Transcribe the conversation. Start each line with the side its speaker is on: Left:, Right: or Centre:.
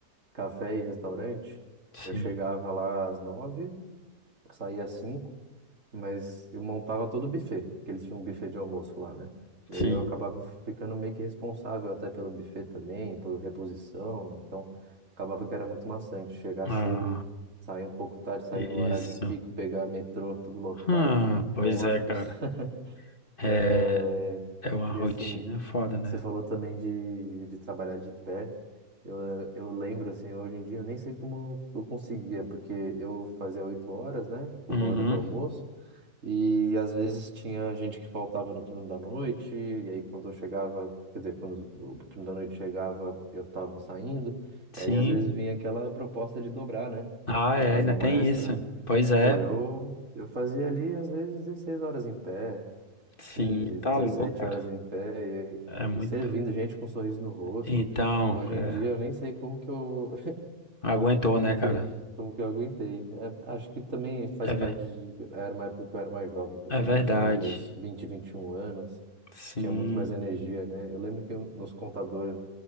Right: café e restaurante,
Left: sim,
Right: eu chegava lá às nove, saía às cinco mas eu montava todo o buffet, porque eles tinham um buffet de almoço lá, né? E
Left: sim.
Right: aí eu acabava ficando meio que responsável até pelo buffet também, por reposição. Então, acabava que era muito maçante chegar
Left: Ah,
Right: cedo, sair um pouco tarde, sair
Left: isso.
Right: no horário de pico, pegar metrô, tudo lotado,
Left: Hum, pois
Right: no ônibus.
Left: é, cara.
Right: <laughs>
Left: É,
Right: É,
Left: é uma rotina
Right: E assim,
Left: foda, né?
Right: você falou também de, de trabalhar de pé. Eu, eu lembro, assim, hoje em dia, eu nem sei como eu conseguia, porque eu fazia oito horas, né? Uma
Left: Uhum,
Right: hora de almoço. E às vezes tinha gente que faltava no turno da noite, e aí quando eu chegava, quer dizer, quando o turno da noite chegava, eu tava saindo,
Left: sim.
Right: e aí às vezes vinha aquela proposta de dobrar, né?
Left: Ah, é,
Right: Fazer
Left: ainda
Right: uma
Left: tem
Right: extra.
Left: isso. Pois é,
Right: Pô, eu, eu fazia ali às vezes 16 horas em pé,
Left: sim,
Right: 15
Left: tá
Right: 17
Left: louco, cara.
Right: horas em pé, e,
Left: É muito.
Right: e servindo gente com um sorriso no rosto.
Left: Então,
Right: Hoje
Left: é,
Right: em dia eu nem sei como que eu,
Left: aguentou,
Right: como
Left: né,
Right: que
Left: cara?
Right: eu, como que eu aguentei? É, acho que também faz
Left: É, ver-
Right: parte de. Era uma época que eu era mais jovem também,
Left: é verdade.
Right: eu tinha lá meus vinte vinte e um anos,
Left: Sim.
Right: tinha muito mais energia, né? Eu lembro que nos contador